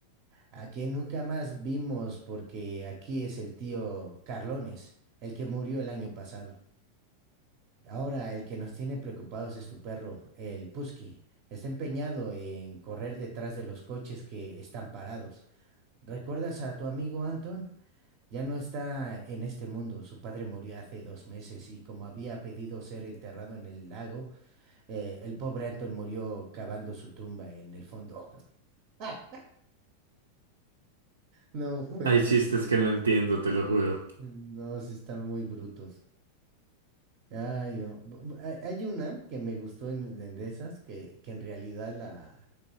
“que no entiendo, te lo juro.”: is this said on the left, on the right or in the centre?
Right